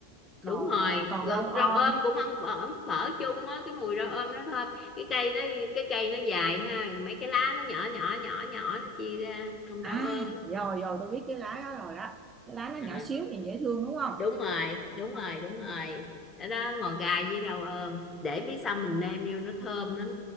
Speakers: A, on the right; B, on the left.
A: còn
B: đúng rồi
A: à, còn rau om
B: rau ôm cũng ăn phở ấm phở chung á cái mùi rau ôm nó thơm cái cây nó cái cây nó dài ha mấy cái lá nó nhỏ nhỏ nhỏ nhỏ nó chia ra trong
A: à
B: rau ôm á.
A: rồi rồi tôi biết cái lá đó rồi đó cái lá nó nhỏ
B: Ờ,
A: xíu nhìn dễ thương đúng không
B: đúng rồi đúng rồi đúng rồi đó, đó ngò gai với rau ôm để biết xong mình nêm vô nó thơm lắm